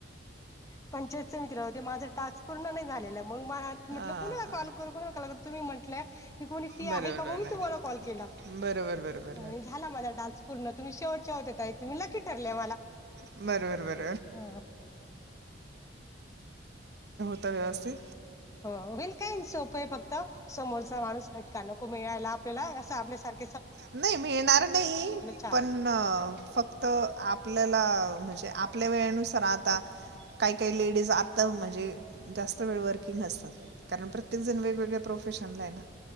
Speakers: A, on the left; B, on the right.
A: पंचायत मित्र होते माझ टास्क पूर्ण नाही झालेला मग म
B: हां
A: म्हटलं कुणा कॉल करू कोणा कल तुम्ही म्हटलं मी कोणी फ्री
B: बरोबर
A: आहे का मग मी
B: बरं
A: तुम्हाला कॉल केला
B: बरोबर बरोबर बरोबर
A: आणि झाला मला डान्स पूर्ण तुम्हीेवटच्या होत्या तुम्हीक्की ठरलेय मला
B: बरोबर बरबर
A: हा
B: ता वी
A: वेलकाय सोप फक्त समोरचा माणूस खटका नको मिळायला आपल्याला असं आपल्यासारख
B: नाही मिळणार नाही
A: छान
B: पण फक्त आपल्याला म्हणजे े आपल्या वेळेनुसार आता काही काही लेडीज आ म्हणजे जास्त वे वर्किंग असतात कारण प्रत्येकण वेगवेगळे प्र प्रफेशनला आहे ना